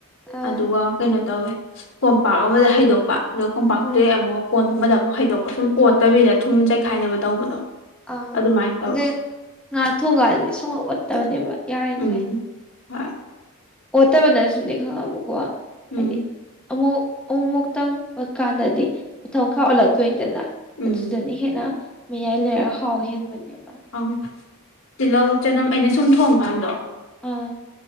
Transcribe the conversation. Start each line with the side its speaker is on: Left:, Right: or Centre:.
Centre: ꯑꯥ
Left: ꯑꯗꯨꯒ ꯀꯩꯅꯣ ꯇꯧꯋꯦ ꯀꯣꯝꯄꯥꯛ ꯑꯃꯗ ꯍꯩꯗꯣꯛꯄ ꯑꯗꯨ ꯀꯣꯝꯄꯥꯛꯇꯨꯗꯩ
Centre: ꯎꯝ
Left: ꯑꯃꯨꯛ ꯀꯣꯟ ꯑꯃꯗ ꯑꯃꯨꯛ ꯍꯩꯗꯣꯛꯄ ꯁꯨꯝ ꯑꯣꯠꯇꯕꯤꯗ ꯊꯨꯝ ꯆꯥꯏꯈꯥꯏꯅꯕ ꯇꯧꯕꯗꯣ
Centre: ꯑꯪ
Left: ꯑꯗꯨꯃꯥꯏꯅ ꯇꯧꯋꯦ
Centre: ꯑꯗꯨ ꯉꯥ ꯊꯣꯡꯀꯥꯟꯗꯗꯤ ꯁꯨꯡꯑꯣꯠ ꯑꯣꯠꯇꯕꯅꯦꯕ ꯌꯥꯔꯤꯈꯩ
Left: ꯎꯝ ꯍꯣꯏ
Centre: ꯑꯣꯠꯇꯕꯅꯁꯨꯅꯦ ꯈꯪꯉꯕꯀꯣ
Left: ꯎꯝ
Centre: ꯍꯥꯏꯗꯤ ꯑꯃꯨꯛ ꯑꯃꯨꯛꯃꯨꯛꯇꯪ ꯑꯣꯠꯀꯥꯟꯗꯗꯤ ꯃꯊꯛ ꯃꯈꯥ ꯑꯣꯜꯂꯛꯇꯣꯏꯅꯤꯗꯅ
Left: ꯎꯝ
Centre: ꯑꯗꯨꯗꯅꯤ ꯍꯦꯟꯅ ꯃꯌꯥꯏ ꯂꯩꯔ ꯍꯥꯎ ꯍꯦꯟꯕꯅꯦꯕ
Left: ꯑꯪ ꯇꯤꯜꯍꯧ ꯆꯅꯝ ꯑꯩꯅ ꯁꯨꯝ ꯊꯣꯡꯀꯥꯟꯗꯣ
Centre: ꯑꯥ